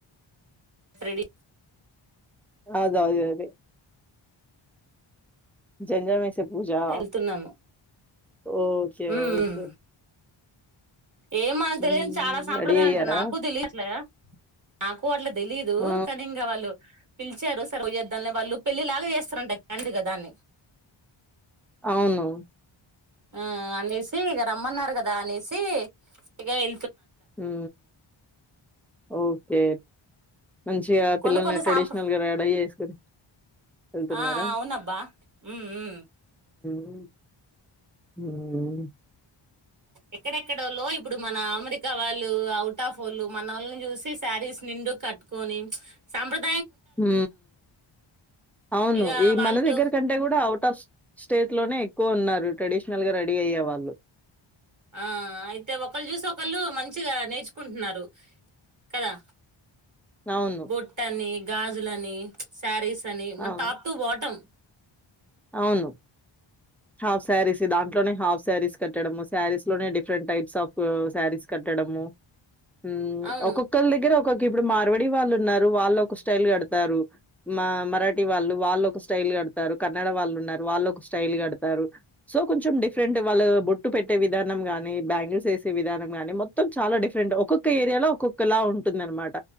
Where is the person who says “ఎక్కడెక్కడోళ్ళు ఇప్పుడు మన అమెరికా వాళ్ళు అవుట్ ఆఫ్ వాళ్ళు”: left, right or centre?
Right